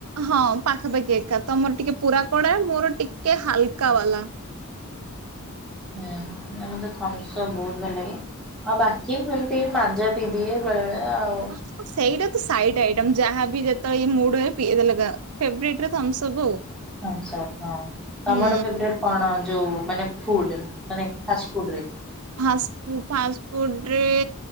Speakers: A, on the right (about 80°); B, in the centre.
A: ହଁ ପାଖାପାଖି ଏକା ତମର ଟିକେ ପୁରା କଡା ମୋର ଟିକେ ହାଲକା ବାଲା।
B: ହୁଁ ଆଉ ମତେ ଥମସ୍ଅପ୍ ବହୁତ ଭଲ ଲାଗେ। ଆଉ ବାକି ସେମତି ମାଜା ପିଇଦିଏ ବେଳେ ବେଳେ ଆଉ।
A: ହଁ ସେଇଟା ତ ସାଇଡ ଆଇଟମ ଯାହାବି ଯେତେ ବେଳେ ବି ମୁଡ ହେଲେ ପିଇ ଦେଲ ତ ଫେବରଟ ରେ ଥମସ୍ଅପ୍ ଆଉ।
B: ଥମସ୍ଅପ ହଁ ତମର
A: ହୁଁ
B: ଫେବରେଟ୍। କଣ ଯୋଉ ମାନେ ଫୁଡ ମାନେ ଫାଷ୍ଟ ଫୁଡ ରେ।
A: ଫାସ୍ ଫୁ ଫାଷ୍ଟଫୁଡ ରେ।